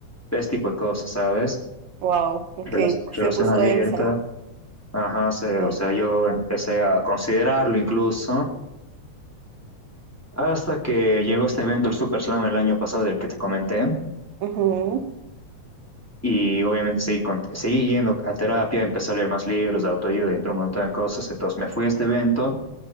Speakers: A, in the centre; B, on the right.
A: ese tipo de cosas, ¿sabes?
B: Wow, ok.
A: Rela- relación
B: Se puso
A: abierta,
B: densa.
A: ajá, se-
B: Sí.
A: o sea, yo empecé a considerarlo incluso. Hasta que llegó este evento, el Super Slam, el año pasado del que te comenté,
B: Ujú,
A: y obviamente seguí, con- seguí yendo a terapia, empecé a leer más libros de autoayuda y entró un montón de cosas, entonces me fui a este evento